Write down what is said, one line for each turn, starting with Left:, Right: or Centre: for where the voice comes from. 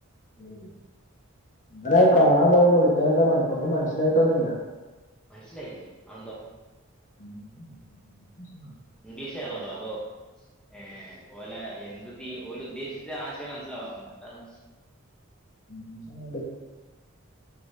Left: ഹമ് അങ്ങനെ കാണാൻ പോയിന്നെ ഉള്ളു പക്ഷെ എന്താ ഒന്നും മനസ്സിലായിട്ടൊന്നുല്ല.
Centre: മനസ്സിലായില്ലേ? അത് ന്താ
Left: <inaudible>
Centre: ഇംഗ്ലീഷ് ആയതുകൊണ്ടോ? അതോ ഏഹ ഓലെ എന്ത്? ഓല് ഉദ്ദേശിച്ച ആശയം മനസിലവാത്തോണ്ട് എന്താണ്?
Left: <inaudible>